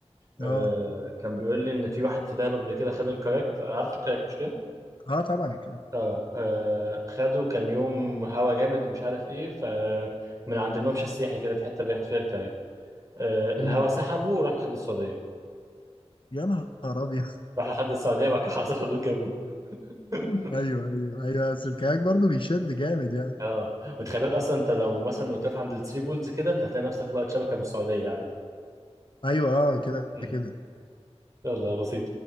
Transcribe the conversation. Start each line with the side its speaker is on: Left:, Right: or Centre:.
Right: آه
Left: اه
Right: كان بيقول لي ان في واحد في دهب قبل كده خد الكاياك عارف الكاياك مش كده
Left: اه طبعا الكلام
Right: آه. اه خده كان يوم هوا جامد ومش عارف ايه ف من عند الممشى السياحي كده في حته بياخدوا فيها الكاياك آه الهوا
Left: امم
Right: سحبه وراح لحد السعوديه
Left: يا نهار ابيض
Right: راح لحد السعوديه بعد كده خلاص الحدود جابوه <laughs>
Left: <laughs> ايوه ايوه ايوه بس الكاك برضه بيشد جامد يعني
Right: اه وتخيل بالك اصلا انت لو مثلا واقف عند الثري بولز كده انت هتلاقي نفسك لقيت شبكه من السعوديه عادي
Left: ايوه اه كده
Right: مم.
Left: كده
Right: يلا بسيط